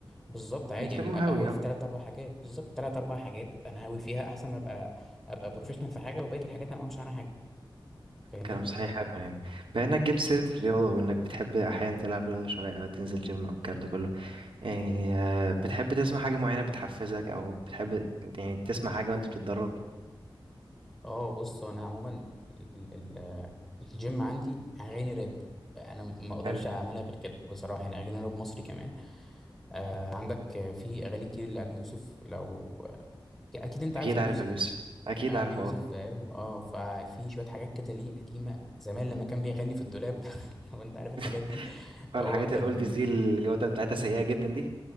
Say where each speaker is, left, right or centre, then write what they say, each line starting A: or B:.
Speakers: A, in the centre; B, on the right.
A: بالظبط عادي
B: بيسموه
A: يعني ابقى
B: هاوي
A: هاوي
B: اه
A: في ثلاث اربع حاجات بالظبط ثلاث اربع حاجات انا هاوي فيها احسن ما ابقى ابقى بروفيشنال في حاجه وبقيه الحاجات انا ما اعرفش عنها حاجه فاهمني
B: كلام صحيح حلو يعني بما انك جبت سيرة الرياضة وانك بتحب احيانا تلعب رياضة شوية او تنزل جيم او الكلام ده كله يعني
A: مم.
B: آه، بتحب تسمع حاجة معينة بتحفزك او بتحب يعني تسمع حاجة وانت بتتدرب
A: اه بص هو انا عموما ال... ال... ال... الجيم عندي اغاني راب انا ما اقدرش
B: حلو
A: اعملها غير كده بصراحه يعني اغاني راب مصري كمان آه عندك آه، في اغاني كتير لابي يوسف لو آه، اكيد انت عارف
B: اكيد
A: ابي
B: عارف
A: يوسف
B: يا يوسف
A: يعني
B: اكيد
A: ابي
B: عارف اه
A: يوسف فاهم اه ففي شويه حاجات كده ليه قديمه زمان لما كان بيغني في الدولاب <laughs> لو انت عارف الحاجات
B: <laughs>
A: دي
B: الحاجات
A: هو كان
B: الاولدز دي الجودة بتاعتها سيئة جدا دي